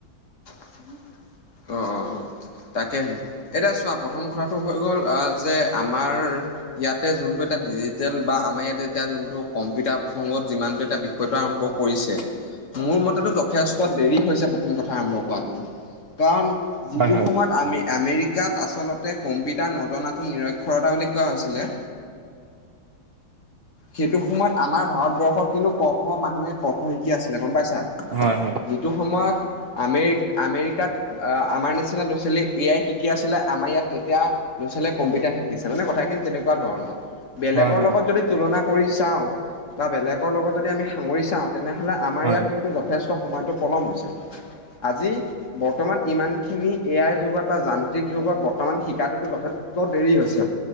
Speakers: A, on the left; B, on the right.
A: <inaudible> অ', অ', অ'। তাকেহে, এতিয়া চোৱা প্ৰথম কথাটো হৈ গ'ল, আহ যে আমাৰ ইয়াতে যোনটো এটা, ডিজিটেল বা আমাৰ ইয়াত এতিয়া যোনটো কম্পিউটাৰ প্ৰসংগত যিমানটো এটা টো আৰম্ভ কৰিছে
B: <inaudible>
A: মোৰ মতেতো যথেষ্ট দেৰি হৈছে, প্ৰথম কথা আৰম্ভ কৰাটো। কাৰণ
B: হয়
A: সেইটো সময়ত আমে আমেৰিকাত আচলতে, কম্পিউটাৰ নজনাটো নিৰক্ষৰতা বুলি কোৱা হৈছিলে। সেইটো সময়ত আমাৰ ভাৰতবৰ্ষত কিন্তু ক, খ মানুহে ক, খ শিকি আছিলে, গম পাইছা।
B: হয়, হয়।
A: যিটো সময়ত আমেৰি আমেৰিকাত আমাৰ নিচিনা ল'ৰা-ছোৱালী এয়াই শিকি আছিলে, আমাৰ ইয়াত তেতিয়া ল'ৰা-ছোৱালীয়ে কম্পিউটাৰ শিকিছে, মানে কথাখিনি তেনেকুৱা ধৰণৰ, বেলেগৰ
B: হয় হয়
A: লগত যদি তুলনা কৰি চাওঁ, বা বেলেগৰ লগত যদি আমি সাঙৰি চাওঁ, তেনেহ'লে আমাৰ
B: হয়
A: ইয়াত কিন্তু, যথে যথেষ্ট সময়টো পলম হৈছে আজি। বৰ্তমান ইমানখিনি এ আই যুগত বা যান্ত্ৰিক যুগত বৰ্তমান শিকাটোতো যথেষ্ট ত দেৰি হৈছে